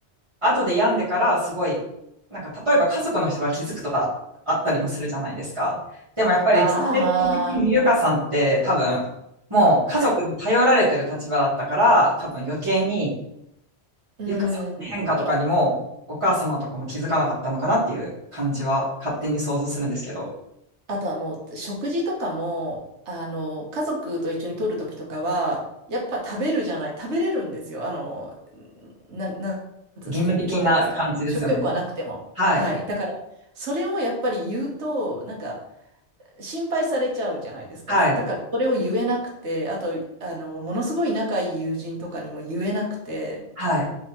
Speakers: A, on the right; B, on the right.
A: 後で病んでからすごい、なんか例えば家族の人が気づくとかあったりもするじゃないですか。でもやっぱり、
B: あ
A: ステ的にゆかさんって多分、もう家族に頼られてる立場だったから、
B: あ、はい。
A: 多分余計に
B: うん。
A: ゆかさんの変化とかにも、お母様とかも気づかなかったのかなっていう感じは勝手に想像するんですけど、
B: あと、あの、食事とかも、あの、家族と一緒に取るときとかは、やっぱ食べるじゃない、食べれるんですよ。あの、なん、なんつうん言うんですかね。
A: 義務的な感じですよね。
B: 食欲はなくても。
A: はい、
B: はい。だから、それをやっぱり言うと、なんか、心配されちゃうじゃないですか。
A: はい、
B: だから、それを言えなくて、あと、あの、ものすごい仲いい友人とかにも言えなくて、
A: はい、